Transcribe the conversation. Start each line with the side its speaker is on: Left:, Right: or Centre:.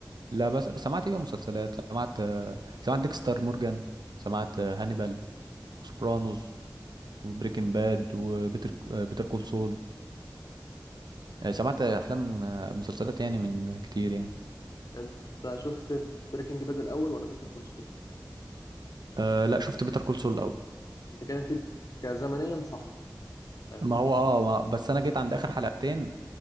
Right: لا بس سمعت ايه بقى مسلسلات سمعت سمعت ديكستر مورجان سمعت هانيبال وسوبرانوز وبريكنج باد وبيتر بيتر كول سول آه، سمعت افلام آه، مسلسلات يعني من كتير يعني
Left: يعني انت شفت بريكنج باد الأول ولا بيتر كول سول؟
Right: أه لا شفت بيتر كول سول الاول
Left: انت كده مشيت كزمنيا صح فاهمني؟
Right: ما هو اه ما بس انا جيت عند اخر حلقتين